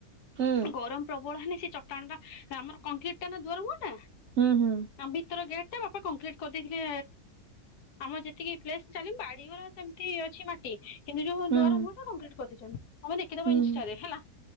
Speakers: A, on the right; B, on the left.
A: ହୁଁ
B: ଗରମ ପ୍ରବଳ ହେନେ ସେ ଚଟାଣ ଟା ଆମର କଂକ୍ରିଟ ଟା ନା ଦୁଆର ମୁହଁଟା।
A: ହୁଁ ହୁଁ।
B: ଆମ ଭିତର ଗେଟ ଟା ବାପା କଂକ୍ରିଟ କରିଦେଇଥିଲେ ଆମ ଯେତିକି ସ୍ପେସ ଚାଲି ବାଡିଗୁରା ସେମିତି ଅଛି ମାଟି କିନ୍ତୁ ଯୋଉ
A: ହୁଁ
B: ଦୁଆର ମୁହଁ ଟା କଂକ୍ରିଟ କରିଦେଇଚନ୍ତି। ଆମେ ଦେଖିଦବା
A: ହୁଁ
B: ଇନଷ୍ଟାରେ ହେଲା